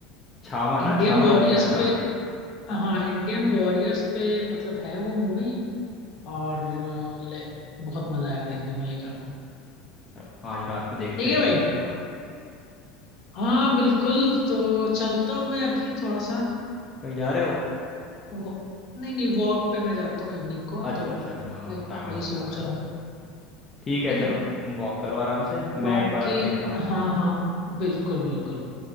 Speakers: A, on the left; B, on the left.
A: छावा ना
B: इंडियन
A: छावा
B: वॉरियर्स
A: नाम बताया ना
B: पे हाँ इंडियन वॉरियर्स पे मतलब है वो मूवी और अ, ले- बहुत मजा आएगा देखने में लाइक आपको
A: चलो आज रात में देखते
B: ठीक है
A: हैं
B: भाई
A: फिर पक्का
B: हाँ बिल्कुल तो चलता हूँ मैं अभी थोड़ा सा
A: कहीं जा रहे हो
B: वो, नहीं नहीं वॉक पे मैं जाता हूँ इवनिंग को
A: अच्छा
B: तो
A: अच्छा अच्छा हाँ
B: लाइक
A: टाइम
B: वही
A: हो गया
B: सोच
A: तुम्हारा
B: रहा हूँ
A: ठीक है
B: ठीक
A: चलो
B: है
A: तुम वॉक करो आराम से मैं
B: बाकी
A: एक बार देखता हूँ
B: हाँ हाँ बिल्कुल बिल्कुल